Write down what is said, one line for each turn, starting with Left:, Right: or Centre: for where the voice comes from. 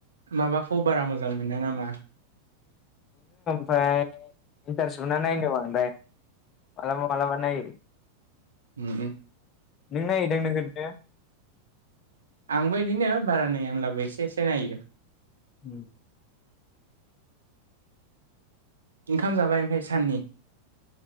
Right: माबाखौ बारा मोजां मोना नामा?
Left: फाय इन्टारेस्ट मोना नायनो बांद्राय। मालाबा मालाबा नायो।
Right: ओमहो।
Left: नों नायोदां नोगोर नो?
Right: आंबो इदिनो बारा नाया होनब्लाबो एसे एसे नायो।
Left: उम।
Right: ओंखाम जाबाय ओमफाय साननि?